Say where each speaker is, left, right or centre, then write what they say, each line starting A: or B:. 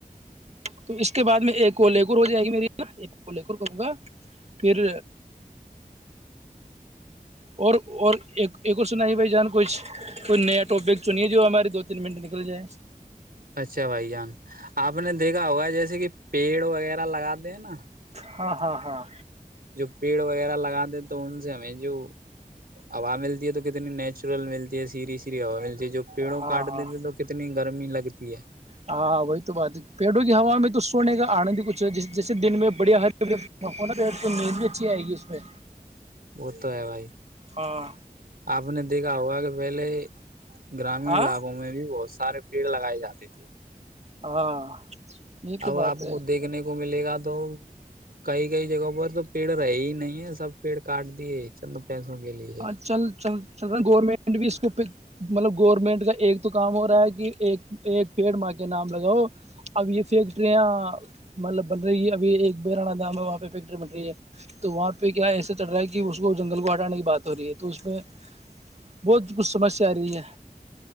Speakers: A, on the right; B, on the right.
A: تو اس کے بعد میں ایک کولہےور ہو جائے گی میری نا ایک کولہے کوور کروں گا پھر اور اور ایک ایک اور سنا ہے بھائی جان کوئی کوئی نیا ٹاپک چنیے جو ہمارے دو تین منٹ نکل جائے
B: اچھا بھائی جان آپ نے دیکھا ہوگا جیسے کہ پیڑ وغیرہ لگا دینا <unintelligible> <inaudible>
A: ہاں ہاں ہاں
B: جو پیڑ وغیرہ لگاتے ہیں تو ان سے ہمیں جو ہوا ملتی ہے تو کتنی نیچرل ملتی ہے سیریھی سیھی ہوا ملتی ج جو پیڑوں
A: ہاں
B: کاٹ
A: ہاں
B: دیتے تو کتنی گرمی لگتی تی ہے <unintelligible> <inaudible>
A: ہاں وہی تو بات ہے پیڑوں کی ہوا میں تو سونے کا آنند ہی کچھ ہے جیسے دن میں بڑیا ہر نید بھی اچھی آئے گی اس میں
B: وہ تو ہے بھائی
A: ہاں
B: آپ نے دیکھا ہوا کہ ولے گرامیین
A: ہاں
B: علاقوں میں بھی بہت س سارے پیڑ لگائے جاتے تھے
A: ہاں یہ تو
B: اب
A: بات
B: آپ
A: ہے
B: کو دیکھنے کو ملے گا تو تو کئی کئی جگہوں پر تو پیڑ رہے ہی نہیں ہے سب پیڑ کاٹ دیے چند پیسوں کے لیے
A: ہاں چل چل چل رہا گورنمنٹ بھی اس کو پ مطلب گورنمنٹ کا ایک تو کام ہو رہا ہے کہ ایک ایک پیڑ ماہ کے نام لگاؤ اب یہ فیکٹریاں مطلب بن رہی ہے ابھی ایک بیرانا دام ہے وہاں پہ فیکٹری بن رہی ہے تو وہاں پہ کیا ایسے چل رہا ہے کہ اس کو جنگل کو ہٹانے کی بات ہو رہی ہے تو اس میں بہت کچھ سمسیا آ رہی ہے